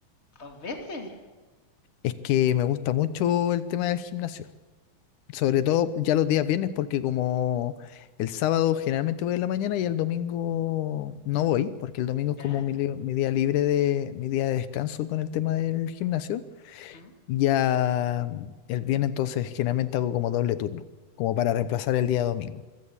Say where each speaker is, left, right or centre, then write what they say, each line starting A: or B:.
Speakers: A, on the left; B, on the left.
A: ¿Dos veces?
B: Es que me gusta mucho el tema del gimnasio. Sobre todo ya los días viernes, porque como el sábado generalmente voy en la mañana y el domingo no voy, porque el domingo es
A: ¿Ya?
B: como mi, li- mi día libre de, mi día de descanso con el tema del gimnasio.
A: ¿Mm?
B: Ya mm, el viernes entonces generalmente hago como doble turno, como para reemplazar el día domingo.